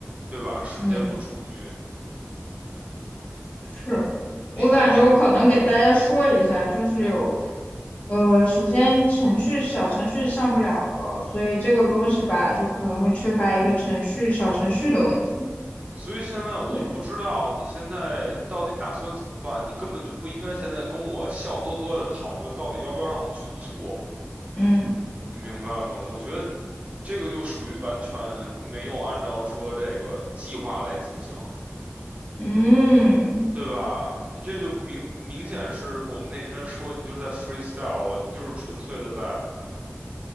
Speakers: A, on the right (about 25°); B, on the left (about 30°).
A: 对吧？时间不充裕，
B: 嗯，是我感觉我可能给大家说一下，
A: 第三是我，
B: 就是有。呃，首先程序小程序上不了的，所以这个东西吧，就可能会缺乏一个程序小程序的问题。
A: 所以现在我都不知道你现在到底打算怎么办，
B: 对。
A: 你根本就不应该现在跟我笑呵呵的讨论到底要不要让我去做。
B: 嗯
A: 你明白吗？我觉得你这个就属于完全没有按照说这个计划来进行，
B: 嗯，
A: 对吧？你这就明明显是我们那天说你就是在 freestyle 了，你就是纯粹的在